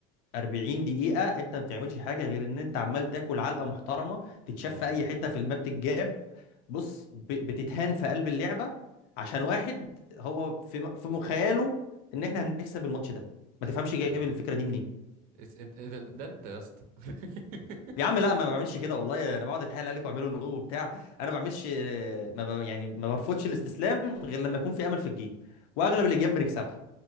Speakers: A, on the left (about 65°); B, on the right (about 50°).
A: 40 دقيقه انت ما بتعملش حاجه غير ان انت عمال تاكل علقه محترمه تتشاف
B: اه
A: في اي حته في الماب تتجاب بص ب- بتتهان في قلب اللعبه عشان واحد هو في في مخيله ان احنا هنكسب الماتش ده ما تفهمش جايب
B: اه
A: الفكره دي
B: اس- انت- ده ده انت يا اسطى <laughs>
A: يا عم لا ما بعملش كده والله انا بقعد اتحايل عليك واعمله نو وبتاع انا ما بعملش ما ب... يعني ما برفضش الاستسلام غير لما يكون في امل في الجيم واغلب الاجيال بنكسبها